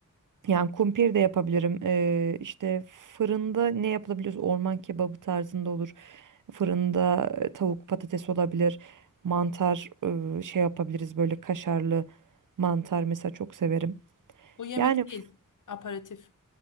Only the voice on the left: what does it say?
Bu yemek
değil.
aparatif